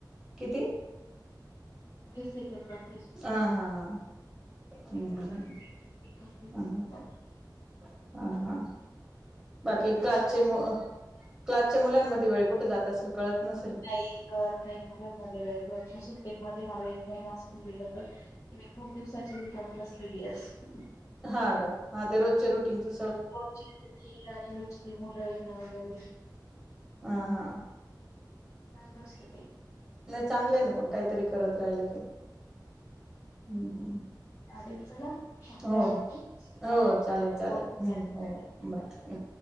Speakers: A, in the centre; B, on the left.
A: किती?
B: वीस एकर बाग.
A: हा- हा-हा- हम्म-
B: सेकंड
A: हम्
B: झाली
A: -हम्-
B: एकोणतीस
A: हम्
B: सेकंड बाकी
A: -हा हा. बाकी
B: चांगला
A: क्लासचे मग क्ला - मुलांमध्ये वेळ कुठे जातं असेल. कळत नसेल
B: नाही तरं नाही मुलांमध्ये वेळ पण. सुट्टी मध्ये मला एक महिना असून दिेल, तरी मी खूप दिवसाची रिकामी बसलेली आहे.
A: हा गं हा ते रोजचे रुटीनचे
B: <inaudible> वरची ते मुलं. <inaudible>
A: हा, हा.
B: चांगलं असतं ते.
A: चांगले आहे ना पण काहीतरी - करत राहिल की, हम हम,
B: चालेल चला चांगला
A: हो
B: झाला
A: हो
B: आपला
A: चालेलं चालेल हम बाय.